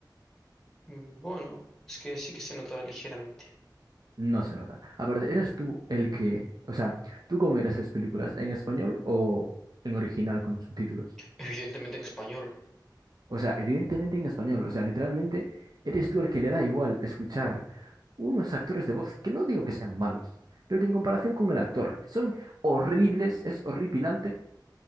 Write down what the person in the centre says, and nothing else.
Mm, Bueno, es que sí que se nota ligeramente.
Evidentemente en español.